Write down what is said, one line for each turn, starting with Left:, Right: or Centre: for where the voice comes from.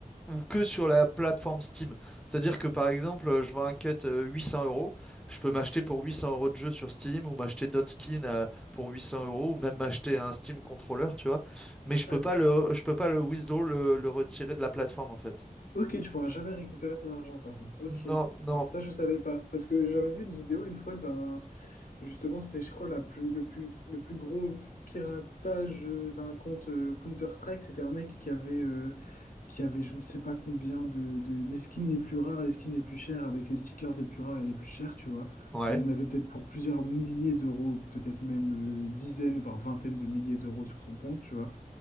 Centre: ou que sur la plateforme Steam. C'est-à-dire que par exemple, euh, je vends un cut euh, 800 euros, je peux m'acheter pour 800 euros de jeu sur Steam ou m'acheter d'autres skins euh, pour 800 euros ou même m'acheter un Steam controller, tu vois. Mais je
Left: Ah,
Centre: peux pas
Left: tu-
Centre: le, je peux pas le withdraw, le, le retirer de la plateforme en fait.
Left: Ok, tu pourras jamais récupérer ton argent, par contre. Ok,
Centre: Non,
Left: ça,
Centre: non,
Left: ça, je savais pas. Parce que j'avais vu une vidéo une fois d'un Justement, c'était, je crois, la plus, le plus, le plus gros piratage euh, d'un compte euh, Counter-Strike. C'était un mec qui avait, euh, qui avait je ne sais pas combien de, de... Les skins les plus rares, les skins les plus chers avec les stickers les plus rares et les plus chers, tu vois.
Centre: ouais.
Left: Il y en avait peut-être pour plusieurs milliers d'euros, peut-être même euh, dizaines, voire vingtaines de milliers d'euros sur son compte, tu vois.